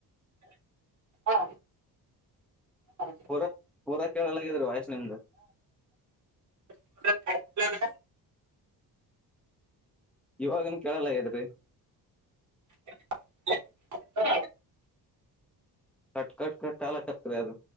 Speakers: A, on the right; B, in the centre.
A: ಹಾ ಹ
B: ಪೂರಾ ಪೂರಾ ಕೇಳಲಾಗಿದ್ರಿ ವಯಸ್ ನಿಮ್ದ
A: ಹ
B: ಇವಾಗನ್ ಕೇಳಲ್ಲ ಯದ್ರಿ
A: <inaudible>
B: ಕಟ್ ಕಟ್ ಕಟ್ಲ್ಲ ಕಕರಿ ಅದು